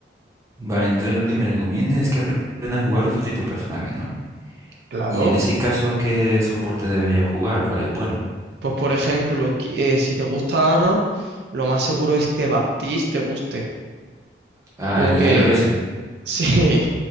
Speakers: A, on the right; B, on the right.
A: Vale, entonces lo que me recomienda es que aprenda a jugar otro tipo de personaje, ¿no?
B: Claro.
A: Y en ese caso, ¿qué soporte debería jugar? ¿Cuál es bueno?
B: Pues por ejemplo, qui- eh, si te gusta Ana, lo más seguro es que Baptiste te guste
A: Ah,
B: porque
A: el negro ese.
B: Sí,